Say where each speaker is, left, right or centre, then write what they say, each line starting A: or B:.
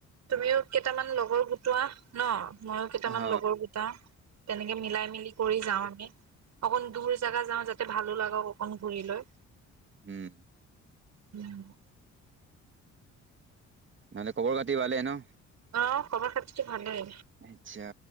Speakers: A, on the right (about 65°); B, on the right (about 40°).
A: তুমিও কেইটামান লগৰ গোটোৱা। ন ময়ো কেইটামান
B: অহ
A: লগৰ গোটাও। তেনেকে মিলাই মিলি কৰি যাওঁ আমি অকণ দূৰ জাগা যাওঁ যাতে ভালো লাগক অকন ঘূৰি লৈ।
B: উম
A: উম,
B: নহলে খবৰ খাতি ভালে ন?
A: অ খবৰ খাতি টো ভালেই
B: আচ্ছা